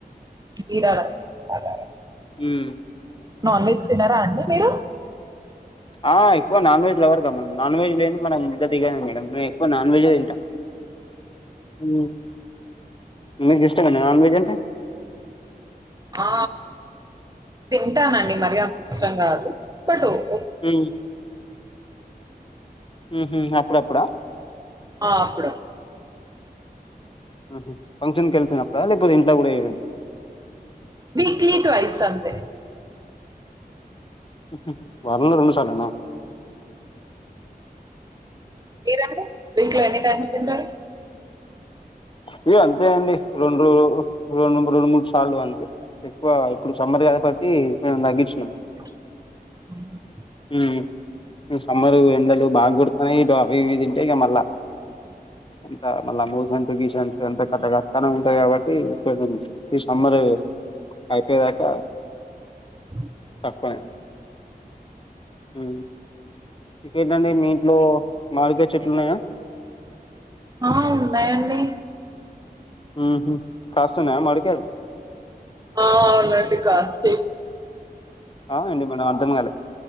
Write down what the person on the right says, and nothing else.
జీరా రైస్ బాగారా
నాన్ వెజ్ తినారా అండి మీరు
ఆ, తింటానండి మరి అంతా ఇష్టం కాదు బట్ ఓకే.
ఆ అప్పుడు
వీక్లీ ట్వయ్స్ అంతే
వీరను వీక్లీ ఎన్నిటైమ్స్ తింటరూ
<inaudible>
<inaudible>
ఆ ఉన్నాయండి
ఆ అవునండి కాసేపు <inaudible>